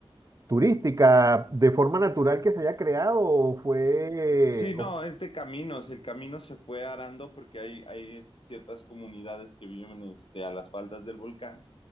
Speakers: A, on the right; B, on the left.
A: turística de forma natural que se haya creado o fue
B: Sí, no, es de caminos. El camino se fue arando porque hay, hay ciertas comunidades que viven este, a las faldas del volcán.